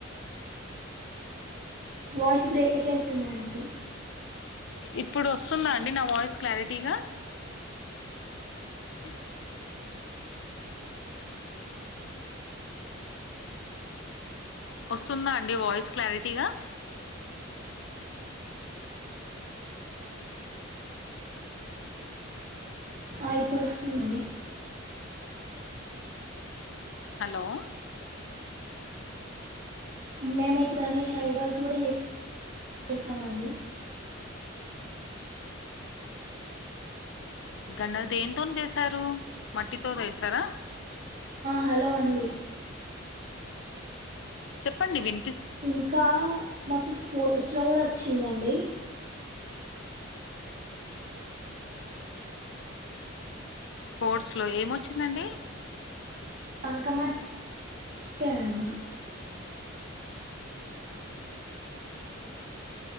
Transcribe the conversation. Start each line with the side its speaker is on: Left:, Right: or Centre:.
Right: వాయిస్ బ్రేక్ అయితుందండి
Left: ఇప్పుడు వస్తుందా అండి, నా వాయిస్ క్లారిటీగా, అ వస్తుందా అండి, వాయిస్ క్లారిటీగా,
Right: ఆ ఇప్పుడు వస్తుందండి,
Left: హలో
Right: మేమైతే గణేష్ ఐడల్స్ కూడా చే చేస్తామండి
Left: గన్న దేనితోని చేసారు మట్టితో చేస్థారా
Right: హలో అండి
Left: చెప్పండి విం
Right: ఇంకా మాకు స్పోర్ట్స్ లో కూడా వచ్చిందండి.
Left: స్పోర్ట్స్ లో ఏమొచ్చిందండి
Right: బంకమట్ ట్టే అండి